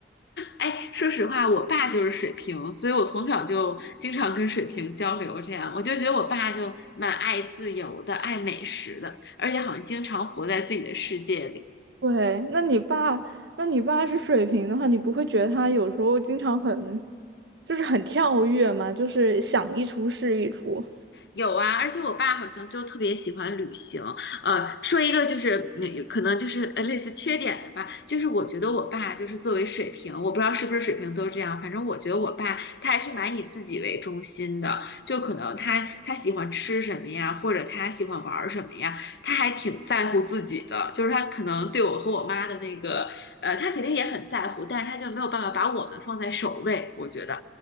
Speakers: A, on the left; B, on the right.
A: 哎，说实话，我爸就是水平，所以我从小就经常跟水平交流，这样我就觉得我爸就蛮爱自由的，爱美食的，而且好像经常活在自己的世界里。
B: 对，那你爸，那你爸是水瓶的话，你不会觉得他有时候经常很，就是很跳跃嘛，就是想一出是一出。
A: 有啊，而且我爸好像就特别喜欢旅行。呃，说一个就是，嗯可能就是呃类似缺点的吧，就是我觉得我爸就是作为水平，我不知道是不是水平都这样，反正我觉得我爸他还是蛮以自己为中心的，就可能他他喜欢吃什么呀，或者他喜欢玩儿什么呀，他还挺在乎自己的，就是他可能对我和我妈的那个，呃，他肯定也很在乎，但是他就没有办法把我们放在首位，我觉得。